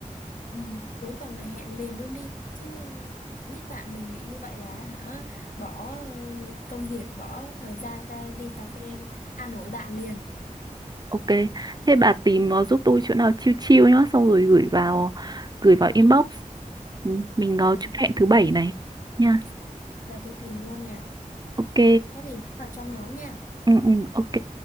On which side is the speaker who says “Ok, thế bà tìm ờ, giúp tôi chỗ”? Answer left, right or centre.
Right